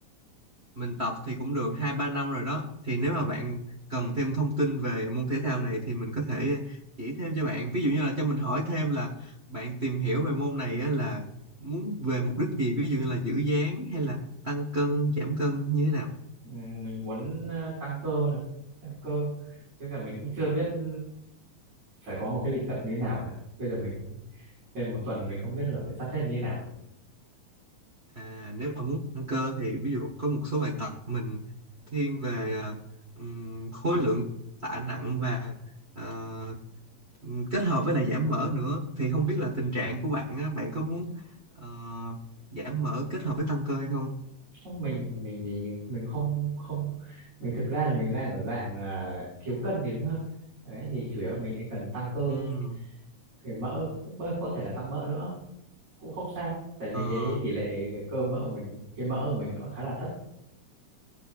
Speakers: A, on the right (about 30°); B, on the right (about 65°).
A: Mình tập thì cũng được hai ba năm rồi đó. Thì nếu
B: Ờ.
A: mà bạn cần thêm thông tin về môn thể thao này thì mình có thể chỉ thêm cho bạn. Ví dụ như là cho mình hỏi thêm là bạn tìm hiểu về môn này á, là muốn về mục đích gì? Ví dụ như là giữ dáng hay là tăng cân, giảm cân như thế nào?
B: Ừ, mình muốn ờ, tăng cơ này, tăng cơ. Với cả mình cũng chưa biết ừ, phải có một cái lịch tập như thế nào cả. Bây giờ mình Để một tuần mình không biết là phải sắp xếp như thế nào
A: À, nếu mà muốn tăng cơ thì ví dụ có một số bài tập mình thiên về ờ, ừm, khối lượng tạ nặng và ờ, ừm, kết hợp với lại giảm mỡ nữa thì không biết là tình trạng của bạn á, bạn có muốn ờ, giảm mỡ kết hợp với tăng cơ hay không?
B: không mình mình thì mình không không mình thực ra là mình đang ở dạng là thiếu cân thì đúng hơn đấy thì chủ yếu là mình chỉ cần tăng cơ
A: Ừm,
B: thôi cái mỡ cũng có, có thể là tăng mỡ nữa cũng không sao tại vì
A: ờ,
B: cái tỷ lệ cái cơ mỡ của mình cái mỡ của mình nó khá là thấp